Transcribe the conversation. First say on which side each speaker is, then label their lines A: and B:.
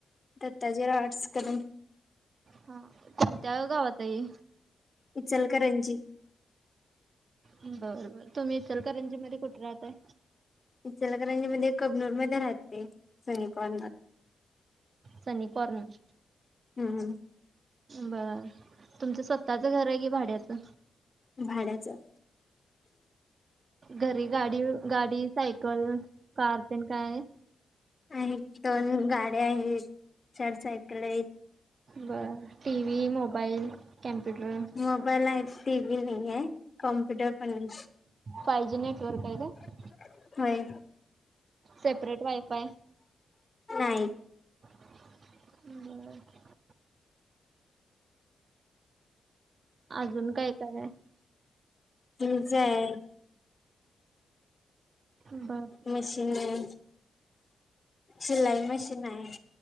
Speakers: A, on the left; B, on the right.
A: दत्ताजीराव आर्टस कदम.
B: हा कोणत्या गावात ये.
A: इचलकरंजी.
B: बरं बरं. तुम्ही इचलकरंजी मध्ये कुठे राहताय?
A: इचलकरंजीमध्ये कबनूरमध्ये राहते. सनी कॉर्नर
B: सनी कॉर्नर.
A: हम्म
B: बरं. तुमचं स्वतःचं घर आहे, की भाड्याचं?
A: भाड्याचं.
B: घरी गाडी गाडी, सायकल कार तेन काय आहे?
A: आहेत दोन गाड्या आहेत, चार सायकल आहेत.
B: बर. TV, mobile, computer.
A: मोबाईल आहे, टीव्ही नाहीये. कॉम्प्युटर पण
B: फाय जी नेटवर्क आहे का
A: हाय, होय.
B: सेपरेट वायफाय
A: नाही.
B: बर. अजून काय काय आहे
A: तुमचं आहे.
B: बर.
A: मशीन आहे. शिलाई मशीन आहे.